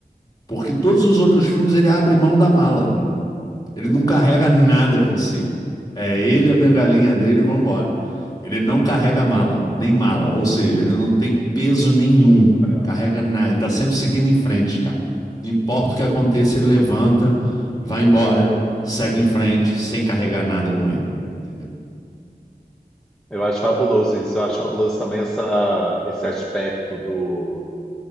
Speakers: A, on the left; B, in the centre.
A: Porque todos os outros filmes ele abre mão da mala.
B: Uhum,
A: Ele não carrega nada consigo. É ele, a bengalinha dele e vambora. Ele não carrega mala, nem mala. Ou seja, ele não tem peso nenhum.
B: é.
A: Carrega nada. Ele tá sempre seguindo em frente, cara. Não importa o que aconteça, ele levanta, vai embora, segue em frente, sem carregar nada com ele. Entendeu?
B: Eu acho fabuloso isso. Eu acho fabuloso também essa, esse aspecto do,